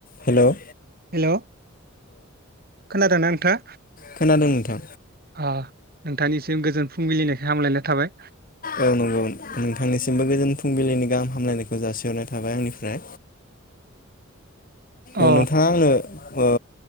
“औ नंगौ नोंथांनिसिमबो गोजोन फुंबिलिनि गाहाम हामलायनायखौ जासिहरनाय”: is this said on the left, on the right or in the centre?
Left